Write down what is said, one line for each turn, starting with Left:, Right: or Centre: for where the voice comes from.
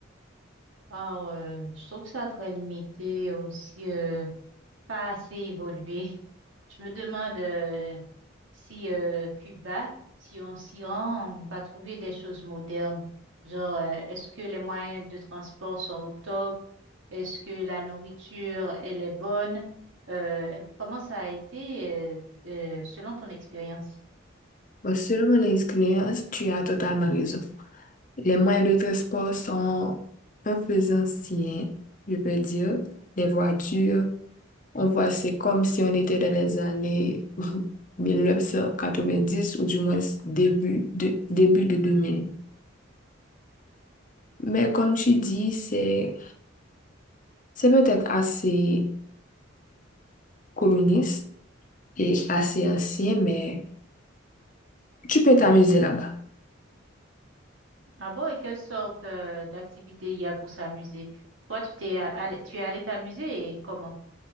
Right: Oh, euh, je trouve ça très limité aussi. euh, pas assez évolué. Je me demande euh, si euh, Cuba, si on s'y rend, on va trouver des choses modernes. Genre, euh, est-ce que les moyens de transport sont au top? Est-ce que la nourriture, elle est bonne? Euh, comment ça a été euh, euh, selon ton expérience?
Left: Bon, selon mon expérience, tu as totalement raison. Les moyens de transport sont un peu anciens, je peux dire. Les voitures, on voit, c'est comme si on était dans les années <laughs> 1990 ou du moins début de, début de 2000. Mais comme tu dis, c'est c'est peut-être assez communiste et assez ancien, mais tu peux t'amuser là-bas.
Right: Ah bon, et quelle sorte euh, d'activité il y a pour s'amuser? Toi, tu t'es a- allé, tu es allé t'amuser et comment?